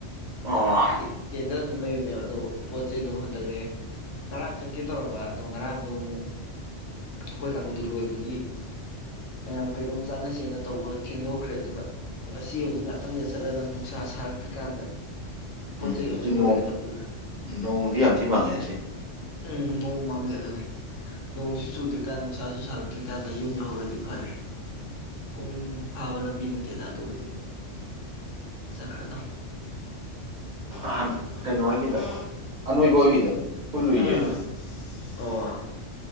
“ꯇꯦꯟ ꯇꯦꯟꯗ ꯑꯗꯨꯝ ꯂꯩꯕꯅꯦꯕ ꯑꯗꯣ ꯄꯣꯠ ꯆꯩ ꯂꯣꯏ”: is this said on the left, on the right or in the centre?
Left